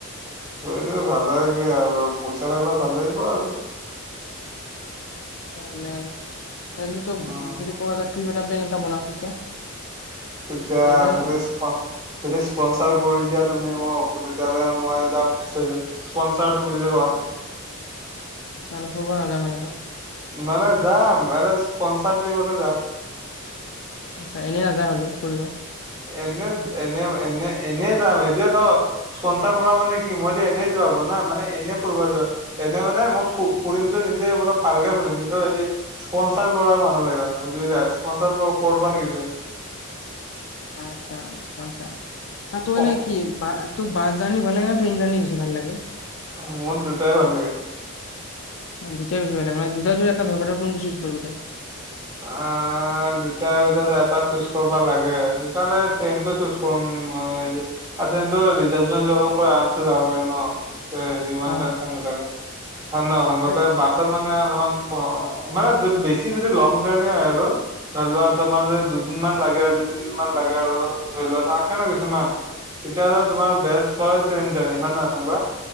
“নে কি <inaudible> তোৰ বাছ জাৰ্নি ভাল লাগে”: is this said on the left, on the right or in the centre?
Left